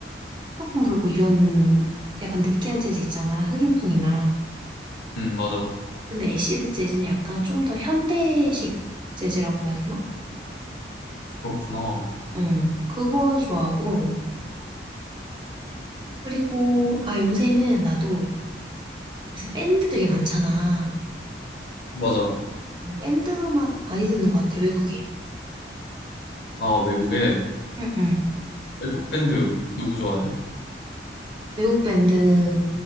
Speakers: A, on the right; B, on the left.
A: 소품 불고 이런 약간 느끼한 재즈 있잖아. 흑인풍이나.
B: 음, 맞아.
A: 근데 애시드 재즈는 약간 좀 더 현대식 재즈라고 해야 되나?
B: 그렇구나.
A: 응, 그거 좋아하고, 그리고, 아, 요새는 나도 요새 밴드 되게 많잖아.
B: 맞아.
A: 어, 밴드 음악 많이 듣는 것 같아, 외국에.
B: 아, 외국에,
A: 응, 응.
B: 외국 밴드 누구 좋아해?
A: 외국 밴드,